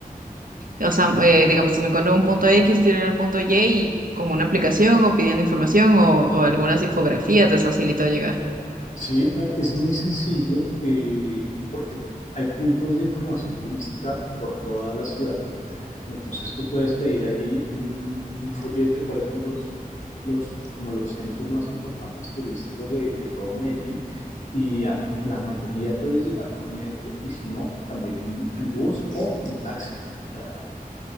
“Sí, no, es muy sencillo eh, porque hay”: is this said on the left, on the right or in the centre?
Left